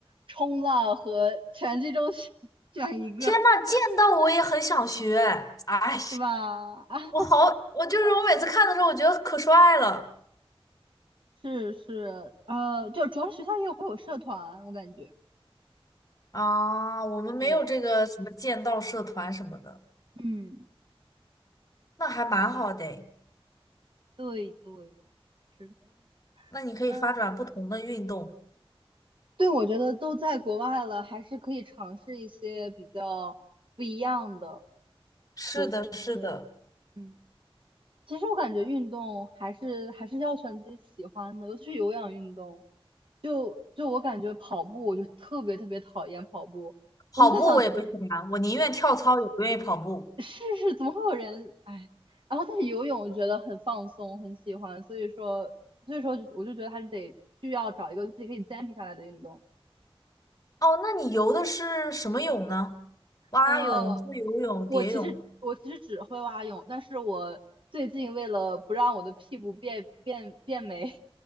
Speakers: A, on the right; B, on the left.
A: 冲浪和拳击中选 <laughs> 选一个，
B: 天呐，见到我也很想学。哎呀，
A: 是吧？<laughs> 啊，
B: 我好，我就是我每次看的时候，我觉得可帅了
A: 是是，呃，就主要是学校也有会有社团，我感觉，
B: 啊！我们没有这个什么剑道社团什么的，
A: 对，嗯，
B: 那还蛮好的诶
A: 对对，是的，
B: 那你可以发展不同的运动。
A: 嗯，对，我觉得都在国外了，还是可以尝试一些比较不一样的，
B: 是的，
A: 就对，
B: 是的，
A: 嗯。其实我感觉运动还是还是要选自己喜欢的，尤其是有氧运动。就就我感觉跑步，我就特别特别讨厌跑步，
B: 跑步我也不喜欢，
A: 我就在想
B: 我宁愿跳操也不愿意跑步。
A: 试试怎么会有人哎。然后但是游泳我觉得很放松，很喜欢，所以说所以说我就觉得还是得需要找一个自己可以坚持下来的运动。
B: 哦，那你游的是什么泳呢？蛙泳、
A: 呃，
B: 自由泳、
A: 我其实我其实只会蛙泳，
B: 蝶泳。
A: 但是我最近为了不让我的屁股变变变没，